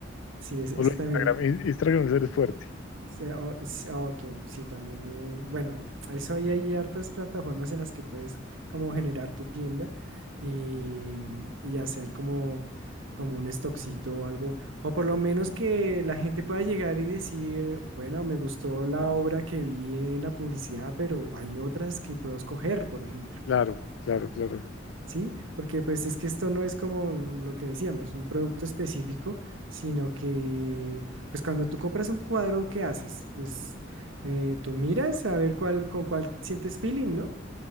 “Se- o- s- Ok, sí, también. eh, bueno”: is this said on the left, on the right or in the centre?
Right